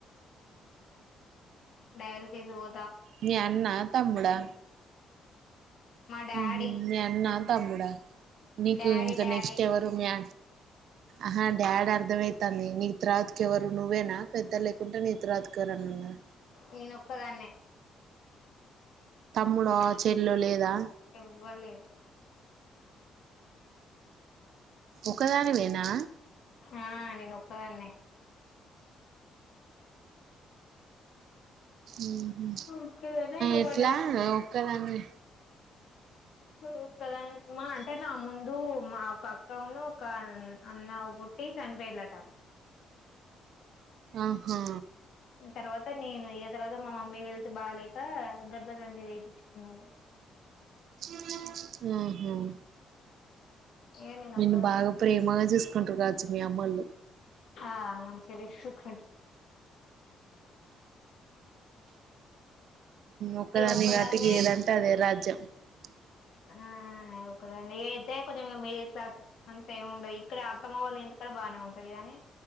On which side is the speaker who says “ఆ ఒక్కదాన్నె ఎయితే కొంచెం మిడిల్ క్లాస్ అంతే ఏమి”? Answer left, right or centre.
Left